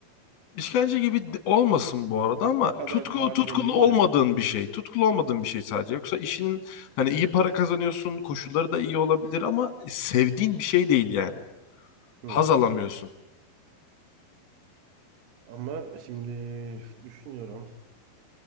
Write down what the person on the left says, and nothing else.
İşkence gibi de- olmasın bu arada ama
tutku
tutkulu
olmadığın
bir şey. Tutkulu olmadığın bir şey sadece. Yoksa işinin hani iyi para kazanıyorsun, koşulları da iyi olabilir ama e, sevdiğin bir şey değil yani.
Haz alamıyorsun.